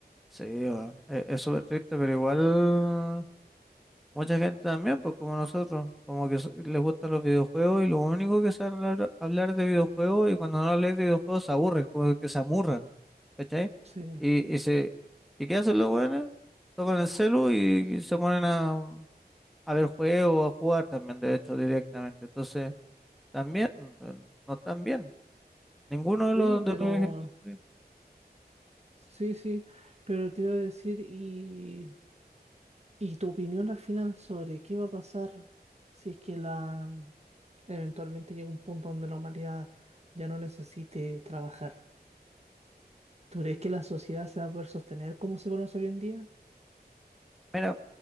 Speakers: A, in the centre; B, on the right.
A: sí, bueno, es es súper triste, pero igual. Mucha gente también, pues como nosotros, como que so- les gustan los videojuegos y lo único que saben hablar, hablar de videojuegos y cuando no hablas de videojuegos se aburren, como que se amurran, ¿cachai?
B: Sí.
A: Y, y, se, ¿y qué hacen los buenos? Tocan el celu y, se ponen a, a ver juegos, a jugar también, de hecho, directamente. Entonces, también, mm, eh, no están bien. Ninguno de
B: Oye,
A: los,
B: pero,
A: de los ejemplos. que-
B: sí, sí, pero te iba a decir, y, y tu opinión al final sobre qué va a pasar si es que la, eventualmente llega un punto donde la humanidad ya no necesite trabajar. ¿Tú crees que la sociedad se va a poder sostener como se conoce hoy en día?
A: Mira,